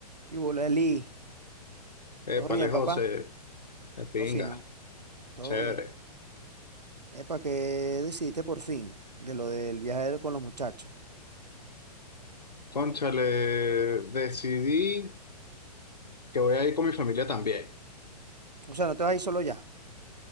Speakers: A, on the right (about 85°); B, on the left (about 80°).
A: ¿Qué hubo, Leli?
B: Épale,
A: ¿Todo bien,
B: José,
A: papá?
B: de pinga,
A: Todo fino, todo
B: chévere.
A: bien. Epa, ¿qué decidiste por fin de lo del viaje con los muchachos?
B: Cónchale, decidí que voy a ir con mi familia también.
A: O sea, no te vas a ir solo ya.